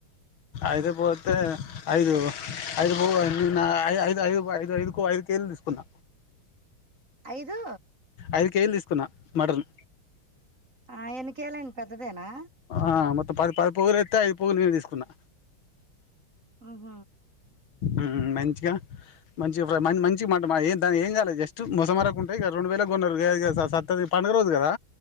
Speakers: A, on the left (about 80°); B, on the right (about 40°).
A: ఐదు పోతే ఐదు ఐదు బ ఐ ఐదు ఐదు ఐదు ఐదుకు ఐదుకిళ్లు తీసుకున్న
B: ఐదు
A: ఐదు కేజీలు తీసుకున్న మటన్
B: ఆ ఎనకేళను పెద్దదేనా
A: ఆ మొత్తం పది పది పొగులు ఎతే ఐదు పొగులు నేను తీసుకున్నా
B: ఆహ
A: ఊ మంచిగా మంచి ప్ర మంచిగా మామాట ఏ దాని ఏం కాలేదు జస్ట్ మొసమర తక్కువుంటే ఇగ రెండు వేల కొన్నరు ఏ ఇగ సతది పండుగరోజు కదా